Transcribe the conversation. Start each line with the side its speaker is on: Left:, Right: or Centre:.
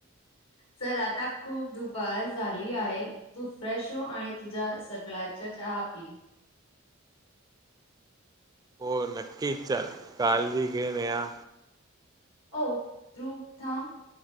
Left: चल आता खूप दुपार झाली आहे तू फ्रेश हो आणि तुझ्या सगळ्याच्या चहा पी
Right: हो नक्कीच चाल काळजी घेन या
Left: प्रूथम